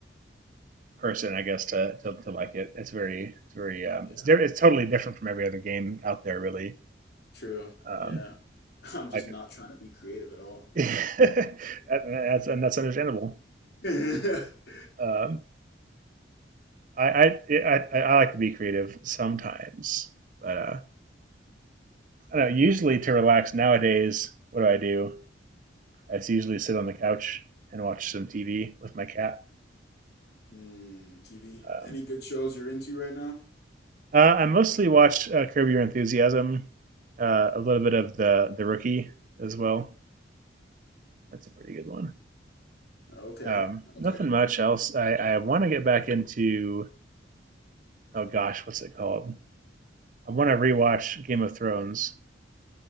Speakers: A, on the right (about 45°); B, on the left (about 55°).
A: person, I guess, to to, to like it. It's very, it's very, um,
B: Yeah,
A: it's di- it's totally different from every other game out there, really.
B: true.
A: Um,
B: Yeah, <laughs> I'm just
A: I,
B: not trying to be creative at all.
A: <laughs> that, that's and that's understandable.
B: <laughs>
A: Um, I I, I I like to be creative sometimes, but uh, I don't know. Usually to relax nowadays, what do I do? I usually sit on the couch and watch some TV with my cat.
B: Hmm, TV.
A: Um,
B: Any good shows you're into right now?
A: uh, I mostly watch uh, Curb Your Enthusiasm, uh, a little bit of the the Rookie as well. That's a pretty good one.
B: Okay,
A: Um,
B: okay.
A: nothing much else. I, I want to get back into oh gosh, what's it called? I want to rewatch Game of Thrones.